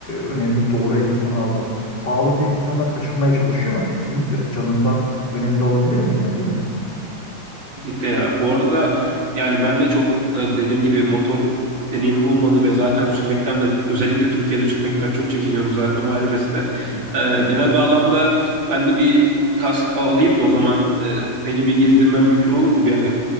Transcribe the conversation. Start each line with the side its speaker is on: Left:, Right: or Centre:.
Left: önemli doğru ekipmanı almak. Pahalı diye insanlar kaçınmaya çalışıyor ama kesinlikle canından önemli olabilir mi yani değil mi?
Right: Kesinlikle ya. Bu arada yani ben de çok e, dediğim gibi motor deneyimim olmadı ve zaten sürmekten de özellikle Türkiye'de sürmekten çok çekiniyorum zaten o ayrı mesele.
Left: Hı.
Right: E, genel bağlamda ben de bir kask alayım da o zaman e, beni bir gezdirmen mümkün olur mu bir ara?